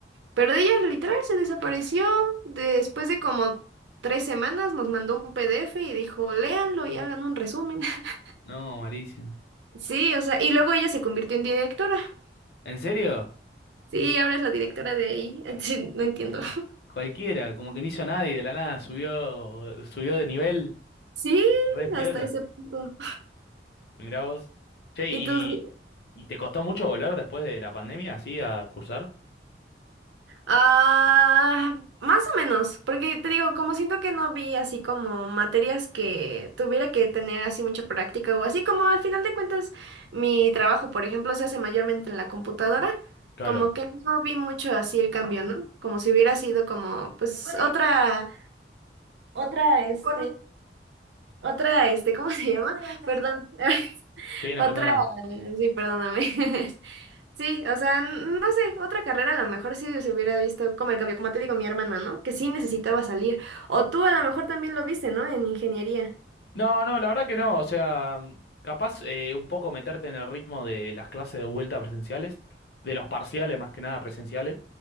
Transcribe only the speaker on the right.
Pero de ella literal se desapareció después de como tres semanas, nos mandó un PDF y dijo, léanlo y hagan un resumen. <laughs>
Sí, o sea, y luego ella se convirtió en directora.
Sí, ahora es la directora de ahí. <laughs> Sí, no entiendo.
Sí,
hasta ese punto.
¿Y
tú?
Ah, más o menos, porque te digo, como siento que no vi así como materias que tuviera que tener así mucha práctica o así como al final de cuentas mi trabajo, por ejemplo, se hace mayormente en la computadora,
como que no vi mucho así el cambio, ¿no? Como si hubiera sido como pues Puede- otra, otra este, otra este, ¿cómo se llama? Perdón, <laughs>
otra,
sí, perdóname. <laughs> Sí, o sea, n- no sé, otra carrera a lo mejor sí se hubiera visto como el cambio, como te digo, mi hermana, ¿no? Que sí necesitaba salir. O tú a lo mejor también lo viste, ¿no? En ingeniería.